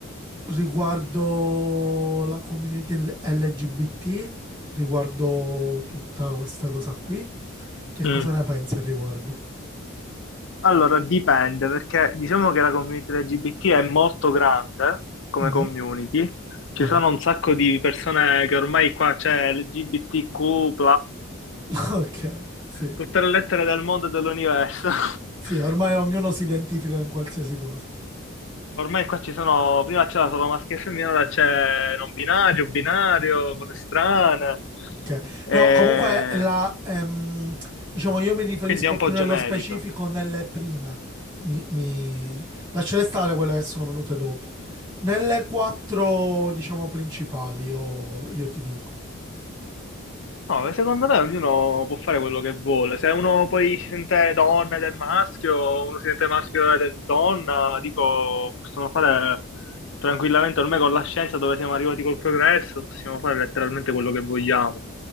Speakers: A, on the right (about 25°); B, on the left (about 60°).
A: riguardo la community L- LGBT, riguardo tutta questa cosa qui. Che
B: Mm.
A: cosa ne pensi al riguardo?
B: Allora, dipende, perché diciamo che la community LGBT è molto grande come
A: Mm,
B: community.
A: ok,
B: Ci sono un sacco di persone che ormai qua c'è LGBTQ, W,
A: <laughs> ok, sì.
B: tutte le lettere del mondo e dell'universo. <laughs>
A: Sì, ormai ognuno si identifica in qualsiasi cosa.
B: Ormai qua ci sono, prima c'era solo maschio e femmina, ora c'è non binario, binario, cose strane.
A: Ok.
B: E
A: No, comunque la, ehm, diciamo, io mi riferisco
B: Quindi è un
A: più
B: po'
A: nello
B: generico.
A: specifico nelle prime. Mi, mi... Lascerei stare quelle che sono venute dopo. Nelle quattro, diciamo, principali, io, io ti dico.
B: No, secondo me ognuno può fare quello che vuole. Se uno poi si sente donna ed è maschio, uno si sente maschio ed è donna, dico, possono fare tranquillamente, ormai con la scienza dove siamo arrivati col progresso, possiamo fare letteralmente quello che vogliamo.